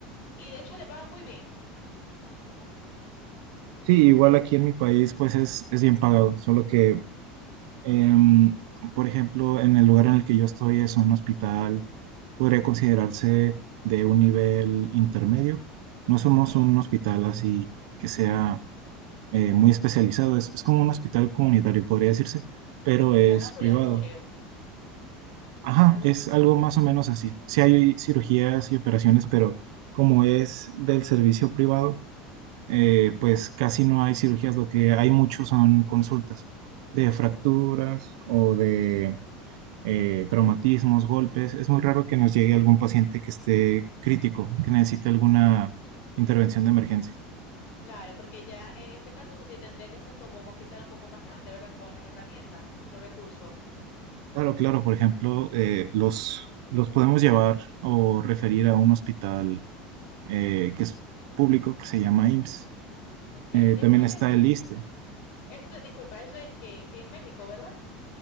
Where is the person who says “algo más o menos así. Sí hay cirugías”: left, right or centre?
Right